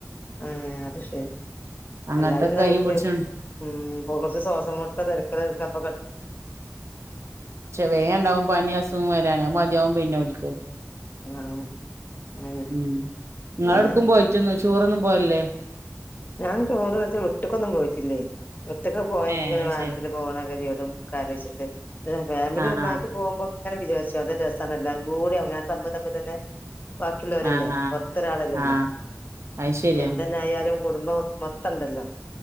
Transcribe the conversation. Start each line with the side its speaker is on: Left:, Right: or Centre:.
Left: ആഹ് അത് ശരി
Right: അങ്ങനത്തൊക്കെ
Left: അല്ലാതുംക്ക്
Right: കൈ പിടിച്ചോണ്ട്
Left: ഉ ഇപ്പൊ കുറച്ച് ശ്വാസം മുട്ട തിരക്ക കഫ
Right: ചെവ ഉണ്ടാവും പനി അസുഖം വരാന് മതിയാവും പിന്നെ ഓൽക്ക്
Left: ആഹ് അങ്ങനെ
Right: ഉ നിങ്ങള
Left: പിന്നെ
Right: എടുക്കും പോയിട്ടന്നു ടൂറൊന്നും പോവല്ലേ
Left: ഞാൻ ചടോറ് വെച്ചാൽ വിട്ടിക്കൊന്നും പോയിട്ടില്ലേ വിട്ട്ക്കൊക്കെ പോയ എക്ക
Right: ഏഹ്
Left: ഇങ്ങനെ
Right: അത്
Left: വാഹനത്തിൽ
Right: ശരി
Left: പോണ കത്യേടും ക്കെ ആലോചിച്ചിട്ട് ഫാമിലി
Right: ആഹ്
Left: ഒന്നായിട്ട്
Right: ആഹ്
Left: പോകുമ്പോ അങ്ങനെ വിചരിച്ചു അ രസമാണ് എല്ലാരും കൂടി അവന തമ്മ തമ്പ തന്നെ ബാക്കിയുള്ള പോലല്ലേ
Right: ആഹ് ആഹ്
Left: പൊറത്തൊരാളല്ലല്ലോ
Right: ആഹ് അത് ശരിയാ
Left: എന്തെന്നെ ആയാലും കുടുംബ മൊത്തംണ്ടല്ലോ